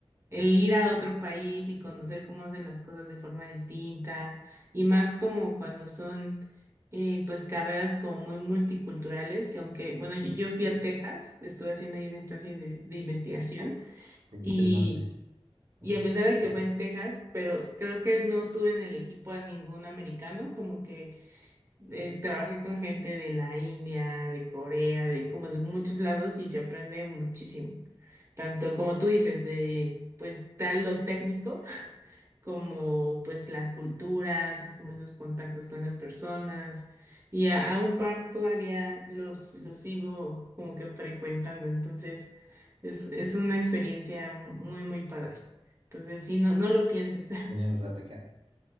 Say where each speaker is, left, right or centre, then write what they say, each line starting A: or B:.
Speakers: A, on the right; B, on the right.
A: el ir a otro país y conocer cómo hacen las cosas de forma distinta y más como cuando son eh, pues carreras como muy multiculturales, que aunque, bueno, yo, yo fui a Texas, estuve haciendo ahí una estancia de, de investigación
B: Muy
A: y,
B: Interesante.
A: y a pesar de que fue en Texas, pero creo que no tuve en el equipo a ningún americano, como que eh, trabajé con gente de la India, de Corea, de como de muchos lados y se aprende muchísimo. Tanto como tú dices, de pues tal lo técnico, <laughs> como pues la cultura, haces como esos contactos con esas personas. Y a, a un par todavía los, los sigo como que frecuentando. Entonces es, es una experiencia mu- muy, muy padre. Entonces, sí, no, no lo pienses.
B: Genial, o sea, te quedan,